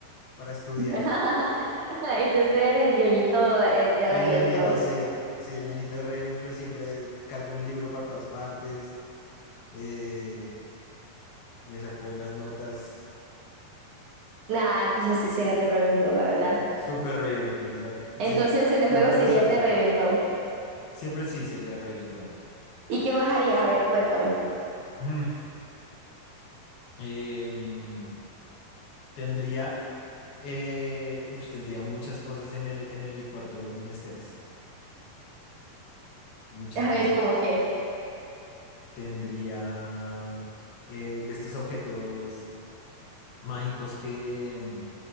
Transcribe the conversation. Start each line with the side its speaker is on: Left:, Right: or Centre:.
Left: para estudiar.
Right: <laughs> Entonces eres el ñoñito eh, de Ravenclaw.
Left: El ñoñito, sí, sí, el ñoñito de Ravenclaw siempre cargo un libro para todas partes. eh, me sacó buenas notas.
Right: Nah, entonces sí sería de Ravenclaw, la verdad.
Left: Súper Ravenclaw, ya,
Right: Entonces
Left: sí,
Right: en el juego
Left: siempre
Right: sería
Left: lo supe.
Right: de Ravenclaw.
Left: Siempre sí sería Ravenclaw.
Right: ¿Y qué más harías? A ver, cuéntame.
Left: Mm, em, tendría, eh, ush, tendría muchas cosas en el, en el cuarto de los menesteres. Muchísimas
Right: A ver,
Left: cosas.
Right: ¿cómo qué?
Left: tendría eh, de estos objetos mágicos que, mm,